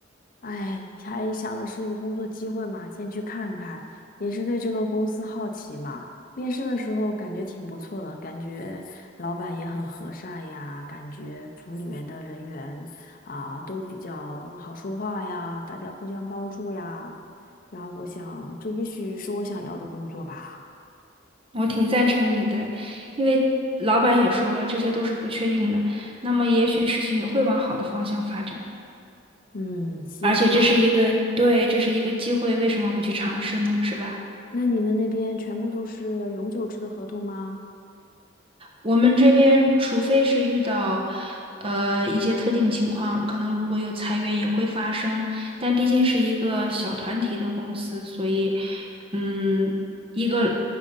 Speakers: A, on the left; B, on the right.
A: 哎，才想的是一个工作机会嘛，先去看看，也是对这个公司好奇嘛。面试的时候感觉挺不错的，感觉老板也很和善呀，感觉组里面的人员啊都比较好说话呀，大家互相帮助呀。然后我想，这也许是我想要的工作吧。
B: 我挺赞成你的，因为老板也说了，这些都是不确定的，那么也许事情也会往好的方向发展，
A: 嗯，希望吧。
B: 而且这是一个，对，这是一个机会，为什么不去尝试呢？是吧？
A: 那你们那边全部都是永久制的合同吗？
B: 我们这边除非是遇到，呃，一些特定情况，可能如果有裁员也会发生，但毕竟是一个小团体的公司，所以，嗯，一个